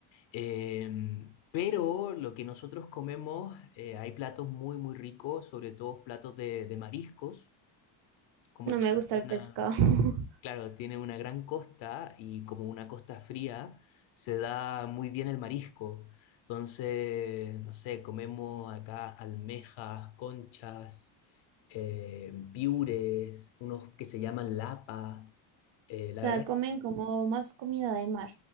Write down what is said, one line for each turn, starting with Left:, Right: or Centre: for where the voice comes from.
Left: Em, pero lo que nosotros comemos, eh, hay platos muy, muy ricos, sobre todo platos de, de mariscos, como
Right: no
Left: chi-
Right: me gusta el
Left: una
Right: pescado, <laughs> o
Left: Claro, tiene una gran costa y como una costa fría, se da muy bien el marisco. Entonces, no sé, comemos acá almejas, conchas, eh, piures, unos que se llaman lapa. Eh,
Right: sea,
Left: la verdad,
Right: comen como más comida de mar.